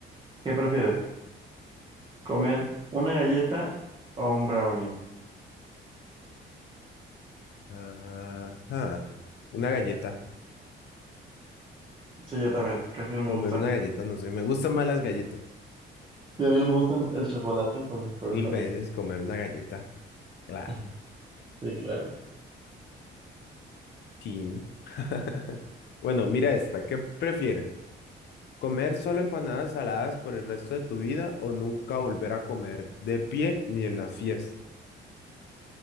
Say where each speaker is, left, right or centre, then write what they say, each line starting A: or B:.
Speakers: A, on the right; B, on the left.
A: ¿Qué prefieres? ¿Comer una galleta o un brownie?
B: Ajá, una galleta,
A: Sí, yo también. Casi no me
B: comer
A: gusta.
B: una galleta, no sé, me gustan más las galletas,
A: Y a mí no me gustan el chocolate, entonces por
B: mil
A: eso también.
B: veces comer una galleta,
A: <laughs>
B: claro,
A: Ujú. Sí, claro.
B: sí. <laughs> Bueno, mira esta, ¿qué prefieres? ¿Comer solo empanadas saladas por el resto de tu vida o nunca volver a comer de pie ni en las fiestas?